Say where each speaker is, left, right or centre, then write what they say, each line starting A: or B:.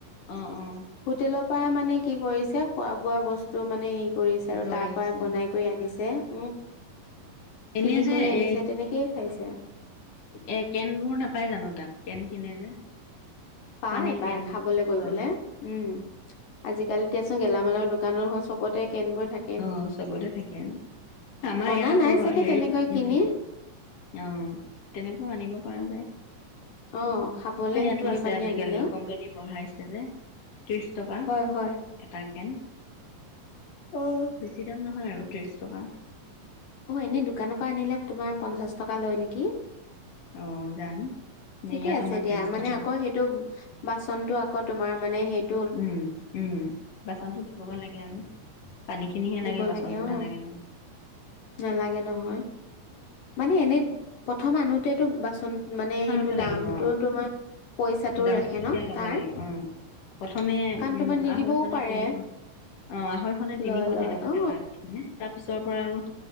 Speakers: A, on the left (about 50°); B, on the left (about 75°).
A: অঁ-অঁ! <unintelligible>
B: হোটেলৰ পৰাই মানে কি কৰিছে খোৱা-বোৱা বস্তু মানে এই <unintelligible> কৰিছে আৰু
A: লৈ
B: তাৰ
A: আহিছে
B: পৰা বনাই
A: অ'।
B: কৰি আনিছে। <unintelligible>
A: এনেই
B: কিনি
A: যে
B: কৰি আনিছে,
A: এ
B: তেনেকেই খাইছে। <unintelligible>
A: এ কেনবোৰ নাপাই জানো তাত? কেন কিনে যে। <unintelligible>
B: পায়-পায়
A: পানীৰ কেনবোৰ।
B: খাবলৈ কৰিবলৈ।
A: অ'।
B: <inaudible> উম! আজিকালি দিয়া চোন গেলামালৰ দোকানৰ চবতে কেনবোৰ থাক <inaudible>
A: অঁ! চবতে থাকে। আমাৰ
B: অনা
A: ইয়াত আকৌ
B: নাই চাগে
A: হেৰিত
B: তেনেকৈ
A: উম
B: কিনি
A: <unintelligible> অঁ! তেনেকো আনিব পৰা যায়। <unintelligible>
B: অ খাবলে
A: আমাৰ ইয়াতো
B: সেইখিনি
A: আছে
B: পানী
A: আজিকালি
B: আনিলেও
A: কোম্পানী বঢ়াইছে যে। <inaudible> ত্ৰিছ টকা
B: হয় হয়
A: এটা কেন। <unintelligible>
B: অঁ! <unintelligible>
A: বেছি দাম নহয় আৰু ত্ৰিছ টকা। <inaudible>
B: অঁ এনেই দোকানৰ পৰা আনিলে তোমাৰ পঞ্চাছ টকা লয় নেকি? <inaudible>
A: অ! জানো? <unintelligible>
B: ঠিকে
A: ইয়াত
B: আছে
A: আমাৰ
B: দিয়া
A: ত্ৰিছ
B: মানে
A: টকা
B: আকৌ সেইটো বাচনটো আকৌ তোমাৰ মানে সেই <inaudible>
A: উম-উম! বাচনটো দিব গৈ লাগে আৰু। <inaudible> পানীখিনিহে
B: দিব
A: লাগে বাচনতো
B: অ
A: নালাগে নহয়। <inaudible>
B: নালাগে নহয়। মানে এনেই প্ৰথম আনোতেতো বাচন মানে <unintelligible>
A: <inaudible> লাগিব।
B: তোমাৰ পইচাটো
A: দামটো
B: ৰাখে
A: তেতিয়া
B: ন
A: ল'ব
B: তাৰ
A: লাগিব অঁ। প্ৰথমে
B: কাৰণ
A: উম
B: তোমাৰ নিদিবও
A: আঢ়ৈশ নে
B: পাৰে
A: তিনিশ অ আঢ়ৈশ নে তিনিশ
B: লয়
A: তেনেকুৱাকে
B: অ
A: লয়। <unintelligible> প্ৰথমে তাৰপিছৰ পৰা আৰু <inaudible>